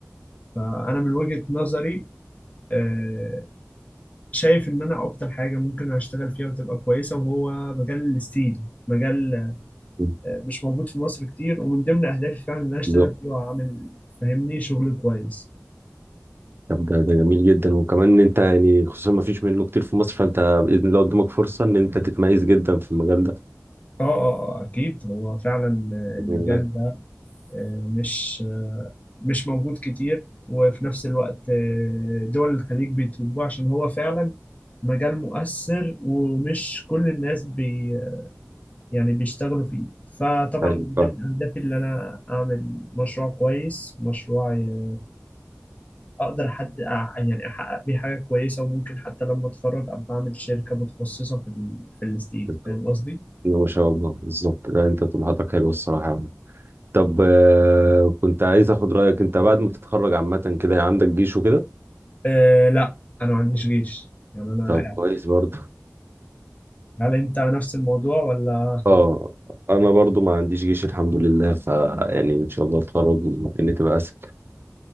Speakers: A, on the left (about 30°); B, on the right (about 45°).
A: فأنا من وجهة نظري آه، شايف إن أنا أكتر حاجة ممكن أشتغل فيها وتبقى كويسة وهو مجال الستيل مجال
B: مم.
A: آه، مش موجود في مصر كتير ومن ضمن أهدافي فعلا إن أنا أشتغل
B: بالظبط
A: فيه وأعمل فاهمني شغل كويس
B: طب ده ده جميل جدا وكمان ان انت يعني خصوصا ما فيش منه كتير في مصر فانت باذن الله قدامك فرصه ان انت تتميز جدا في المجال ده
A: اه اه آه، اكيد هو فعلا آه،
B: بسم
A: المجال
B: الله
A: ده آه، مش مش موجود كتير وفي نفس الوقت آه، دول الخليج بيطلبوه عشان هو فعلا مجال مؤثر ومش كل الناس بي يعني بيشتغلوا فيه فطبعا
B: طيب
A: من
B: بقى
A: ضمن أهدافي إن أنا أعمل مشروع كويس مشروع ي- أقدر حد يعني أحقق بيه حاجة كويسة وممكن حتى لما أتخرج أبقى أعمل شركة متخصصة في ال... في الستيل
B: بالظبط.
A: فاهم قصدي؟
B: إنما ما شاء الله بالظبط لا انت طموحاتك حلوه الصراحه يا عم. طب آه، كنت عايز اخد رايك انت بعد ما تتخرج عامه كده يعني عندك جيش وكده
A: أه لا أنا ما عنديش جيش يعني أنا
B: طب
A: يعني
B: كويس برضه
A: هل أنت نفس الموضوع ولا
B: اه انا برضه ما عنديش جيش الحمد لله ف يعني ان شاء الله اتخرج ممكن تبقى اسهل